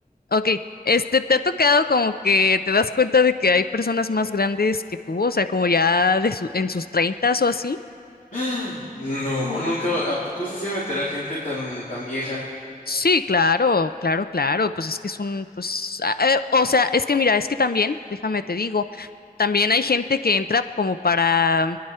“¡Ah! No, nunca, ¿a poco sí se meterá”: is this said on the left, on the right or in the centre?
Left